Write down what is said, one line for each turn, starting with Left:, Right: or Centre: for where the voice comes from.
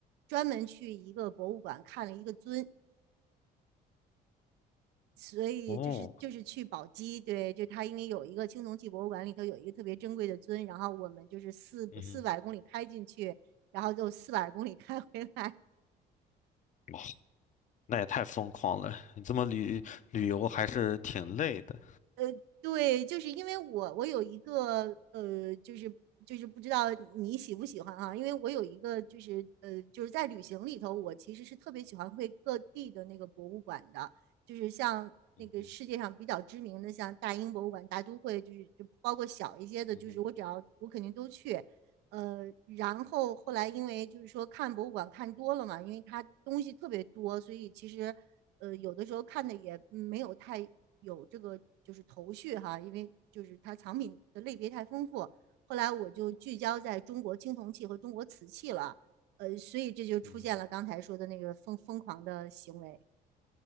Right: 专门去一个博物馆看了一个尊，所以就是就是去宝鸡，
Left: 哦，
Right: 对，就他因为有一个青铜器博物馆里头有一个特别珍贵的尊，然后我们就是四四百公里开进去，
Left: 嗯哼，
Right: 然后就四百公里开回来，
Left: 哇，那也太疯狂了！你这么旅旅游还是挺累的。
Right: 呃，对，就是因为我我有一个呃，就是就是不知道你喜不喜欢啊，因为我有一个就是呃，就是在旅行里头，我其实是特别喜欢会各地的那个博物馆的，就是像那个世界上比较知名的，
Left: 嗯哼，
Right: 像大英博物馆、大都会，就是就包括小一些的，
Left: 嗯哼，
Right: 就是我只要我肯定都去。呃，然后后来因为就是说看博物馆看多了嘛，因为它东西特别多，所以其实呃，有的时候看的也嗯没有太有这个就是头绪哈，因为就是它藏品的类别太丰富。后来我就聚焦在中国青铜器和中国瓷器了，呃，所以这就出现了刚才说的那个疯疯狂的行为。
Left: 嗯，